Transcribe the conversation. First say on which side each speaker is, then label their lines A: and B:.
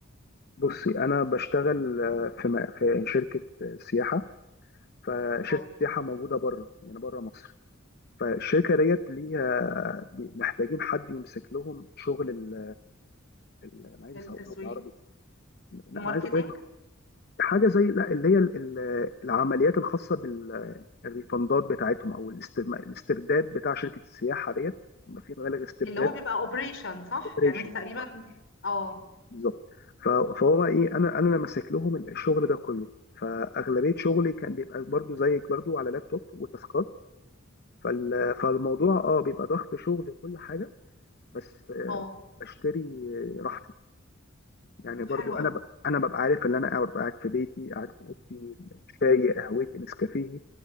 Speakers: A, on the left (about 50°); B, on the left (about 65°).
A: بصي انا بشتغل آه، في م- في شركه آه، سياحه فشركه
B: اه
A: سياحه موجوده بره يعني بره مصر فالشركه ديت ليها بي- محتاجين حد يمسك لهم شغل ال ال- انا عايز
B: التسويق
A: اسوقه بالعربي لا
B: الماركتينج
A: انا عايز اقول لك حاجه زي لا اللي هي ال- ال- العمليات الخاصه بالريفندات بتاعتهم او الاسترم- الاسترداد بتاع شركه السياحه ديت ما في مبالغ استرداد
B: اللي هو بيبقى اوبريشن صح
A: اوبريشن
B: يعني انت تقريبا
A: بالظبط
B: اه
A: بالظبط ف- فهو بقى ايه انا انا اللي ماسك لهم الشغل ده كله فاغلبيه شغلي كان بيبقى برضو زيك برضو على لابتوب وتاسكات فال- فالموضوع اه بيبقى ضغط شغل وكل حاجه بس آه،
B: اه
A: بشتري آه، راحتي يعني برضو
B: حلو
A: انا
B: قوي
A: ب... انا ببقى عارف ان انا قاعد ببقى قاعد في بيتي قاعد في اوضتي شاي قهوتي نسكافيه